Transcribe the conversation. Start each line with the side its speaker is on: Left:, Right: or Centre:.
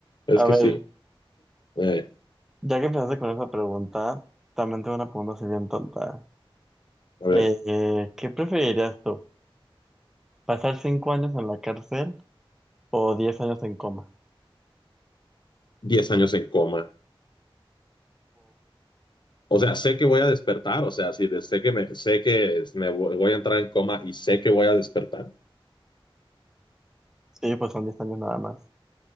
Left: Es
Centre: A
Left: que
Centre: ver.
Left: sí. Eh,
Centre: Ya que empezaste con esa pregunta, también tengo una pregunta así bien tonta.
Left: a ver,
Centre: Eh, eh, ¿qué preferirías tú? ¿Pasar cinco años en la cárcel o diez años en coma?
Left: diez años en coma. O sea, sé que voy a despertar, o sea, sí, de- sé que me, sé que me voy voy a entrar en coma y sé que voy a despertar.
Centre: Sí, pues son diez años nada más.